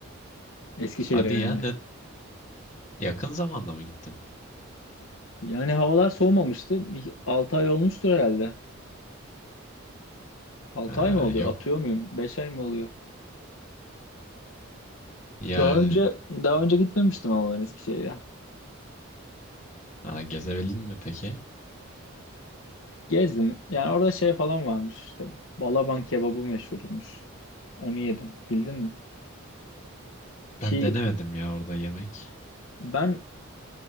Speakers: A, on the left; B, on the left.
A: Eskişehir'e
B: Hadi
A: yani.
B: ya ne- yakın zamanda mı gittin?
A: Yani havalar soğumamıştı. Bir 6 ay olmuştur herhalde. 6
B: Ha,
A: ay mı oluyor?
B: yok
A: Atıyor muyum? 5 ay mı oluyor?
B: yani
A: Daha önce daha önce gitmemiştim ama ben Eskişehir'e.
B: ha, gezebildin mi peki?
A: Gezdim. Yani orada şey falan varmış işte. Balaban kebabı meşhurmuş. Onu yedim. Bildin mi? Çiğ
B: Ben denemedim ya orada yemek.
A: ben